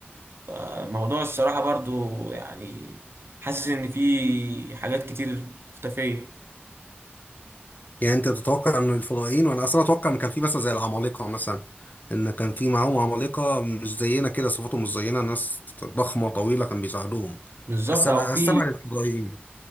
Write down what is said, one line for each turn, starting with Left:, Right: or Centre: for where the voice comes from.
Right: الموضوع الصراحة برضه يعني حاسس ان في حاجات كتير مختفية
Left: يعني انت بتتوقع ان الفضائيين وانا اصلا اتوقع ان كان في مثلا زي العمالقه مثلا ان كان في معاهم عمالقه مش زينا كده صفاتهم مش زينا ناس ضخمه طويله كان بيساعدوهم
Right: بالظبط
Left: بس أبقى-
Right: او
Left: استبعد
Right: في
Left: الفضائيين